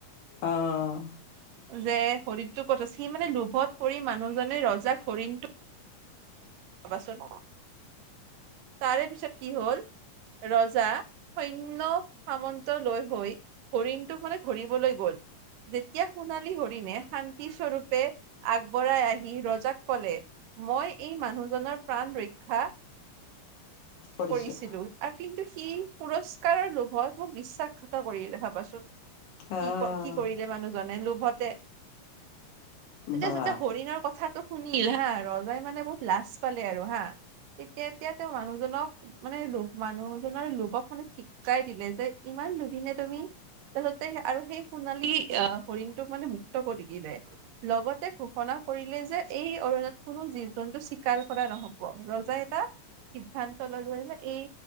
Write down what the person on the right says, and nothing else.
যে হৰিণটো ক'ত সি মানে লোভত পৰি মানুহজনে ৰজাক হৰিণটো পাবাচোন তাৰে পিছত কি হল? ৰজা সৈন্য সামন্ত লৈ হৈ হৰিণটোখনে ধৰিবলৈ গল। যেতিয়া সোণালী হৰিণে শান্তি স্বৰূপে আগবঢ়াই আহি ৰজাক কলে মই এই মানুহজনৰ প্ৰাণ ৰক্ষা
কৰিছিলো আৰু কিন্তু সি পুৰস চিকাৰৰ লোভত মোক বিশ্বাসঘাত কৰিলে ভাবাচোন
কি কি কৰিলে মানুহজনে লোভত তেতিয়া
যেতিয়া হৰিণৰ কথাটো শুনিল হা ৰজাই মানে বহুত লাজ পালে আৰু হা তেতিয়া। এতিয়া তেওঁ মানুহজনক মানে ল মানুহজনৰ লোভক মানে ঠিকিকাই দিলে যে ইমান লুভিনে তুমি তাৰপিছতে আৰু সেই সোণালী আহ হৰিণটোক মানে মুক্ত কৰি দিলে, লগতে ঘোষণা কৰিলে যে এই অৰণ্যত কোনো জীৱ জন্তু স্বীকাৰ কৰা নহ'ব ৰজাই এটা সিদ্ধান্ত ল'লে ন এই